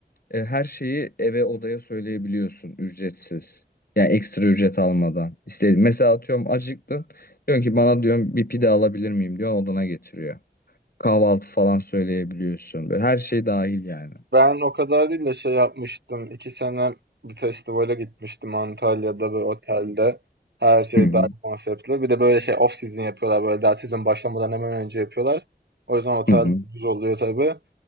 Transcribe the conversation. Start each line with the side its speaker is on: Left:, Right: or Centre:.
Left: e, her şeyi eve odaya söyleyebiliyorsun ücretsiz. Yani ekstra ücret almadan. İstediğin. Mesela atıyorum acıktın. Diyorsun ki bana diyorum bir pide alabilir miyim diyor odana getiriyor. Kahvaltı falan söyleyebiliyorsun. Böyle her şey dahil yani.
Right: Ben o kadar değil de şey yapmıştım. İki sene bir festivale gitmiştim Antalya'da bir otelde. Her şey
Left: Hı hı,
Right: dahil konseptli. Bir de böyle şey off season yapıyorlar. Böyle daha sezon başlamadan hemen önce yapıyorlar. O yüzden otel
Left: hı hı,
Right: ucuz oluyor tabii.